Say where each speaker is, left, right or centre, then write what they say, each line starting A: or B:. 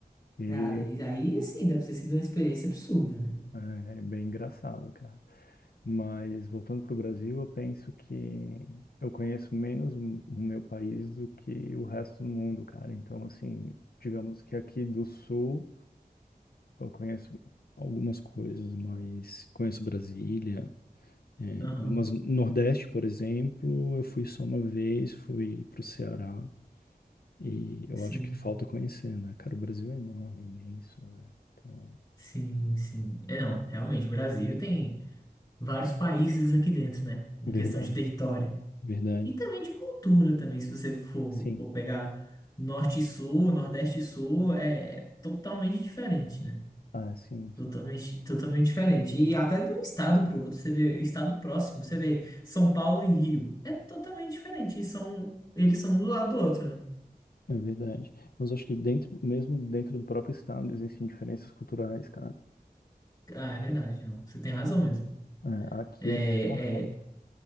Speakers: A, on the left; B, on the left.
A: E
B: Cara, e aí sim, deve ter sido uma experiência absurda, né?
A: é, é bem engraçado, cara. Mas, voltando para o Brasil, eu penso que eu conheço menos o o meu país do que o resto do mundo, cara. Então, assim, digamos que aqui do Sul, eu conheço algumas coisas, mas conheço Brasília. É,
B: Aham.
A: Mas Nordeste, por exemplo, eu fui só uma vez, fui pro Ceará e eu
B: Sim,
A: acho que falta conhecer, né? Cara, o Brasil é enorme, imenso, né? Então,
B: sim, sim. É, não, realmente, o Brasil tem vários países aqui dentro, né? Em
A: verdade,
B: questão de território.
A: verdade.
B: E também de cultura também, se você for,
A: Sim.
B: for pegar norte e sul, nordeste e sul, é, é totalmente diferente, né?
A: Ah, sim,
B: Totalmente,
A: são-
B: totalmente diferente. E até de um estado para o outro, você vê o estado próximo, você vê São Paulo e Rio, é totalmente diferente. E são, eles são um do lado do outro, né?
A: é verdade. Mas eu acho que dentro, mesmo dentro do próprio estado, existem diferenças culturais, cara.
B: Ah, é verdade, não. Você tem razão mesmo.
A: É, aqui
B: É,
A: é muito marcado.
B: é...